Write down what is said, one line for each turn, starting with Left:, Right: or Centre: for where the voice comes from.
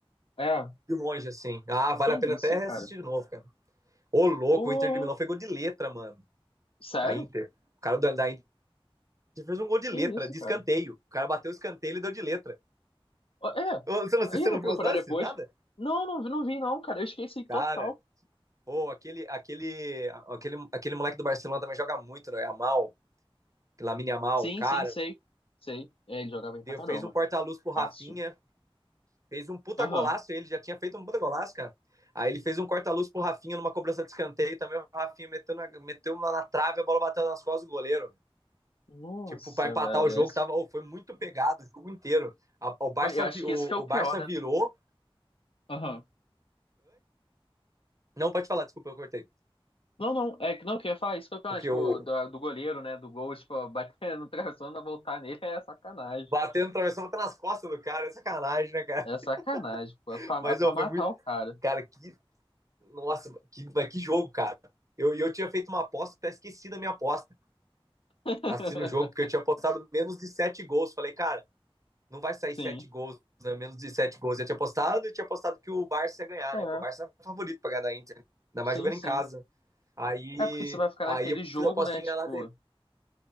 Left: É,
Right: De longe, assim. Ah, vale
Left: que
Right: a pena
Left: isso,
Right: até
Left: cara?
Right: assistir de novo, cara. Ô, louco,
Left: Pô,
Right: o Inter de Milão pegou de letra, mano.
Left: sério?
Right: A Inter. O cara da da Inter Ele fez um gol de
Left: Que
Right: letra,
Left: isso,
Right: de
Left: cara?
Right: escanteio. O cara bateu o escanteio e deu de letra.
Left: Ó, É,
Right: Ô, Luciano,
Left: aí
Right: você
Left: eu vou
Right: não
Left: procurar
Right: viu os lances?
Left: depois.
Right: Nada?
Left: Não, não, vi- não vi não, cara. Eu esqueci total.
Right: Cara, ou oh, aquele, aquele, aquele, aquele moleque do Barcelona também joga muito, né? Amal, Lamine Amal,
Left: Sim,
Right: cara.
Left: sim, sei. Sei. É, ele joga bem
Right: Deu,
Left: pra caramba.
Right: fez um corta-luz pro
Left: Fácil.
Right: Rafinha, fez um puta
Left: Aham.
Right: golaço, ele já tinha feito um puta golaço, cara. Aí ele fez um corta-luz pro Rafinha numa cobrança de escanteio, também o Rafinha meteu na, meteu na, na trave, a bola bateu nas costas do goleiro.
Left: Nossa,
Right: Tipo, para empatar
Left: velho.
Right: o jogo,
Left: esse-
Right: tava, oh, foi muito pegado o jogo inteiro. A- o, Barça,
Left: Foi- Eu acho
Right: o,
Left: que isso que é o
Right: o
Left: pior,
Right: Barça
Left: né?
Right: virou,
Left: Aham.
Right: Não, pode falar, desculpa, eu cortei.
Left: Não, não, é que não, que eu ia falar isso que é o pior,
Right: Porque
Left: né? Tipo,
Right: eu
Left: do, do goleiro, né? Do gol, tipo, <laughs> bater no travessão e voltar nele é sacanagem.
Right: batendo, travessão, até nas costas do cara. É sacanagem, né, cara?
Left: É sacanagem, pô.
Right: <laughs>
Left: É pra,
Right: Mas,
Left: é pra
Right: ó,
Left: matar
Right: foi muito.
Left: o cara.
Right: Cara, que. Nossa, que, mas que jogo, cara. Eu, eu tinha feito uma aposta, até esqueci da minha aposta.
Left: <laughs>
Right: Assistindo o jogo, porque eu tinha apostado menos de sete gols. Falei, cara, não vai sair
Left: Sim.
Right: sete gols, né? menos de sete gols. Eu tinha apostado e tinha apostado que o Barça ia ganhar,
Left: É,
Right: né? Que o Barça era favorito pra ganhar da Inter. Ainda
Left: sim,
Right: mais jogando
Left: sim.
Right: em casa. Aí,
Left: É porque você vai ficar
Right: aí
Left: naquele
Right: eu
Left: jogo,
Right: fiz a apostinha
Left: né? Tipo,
Right: lá,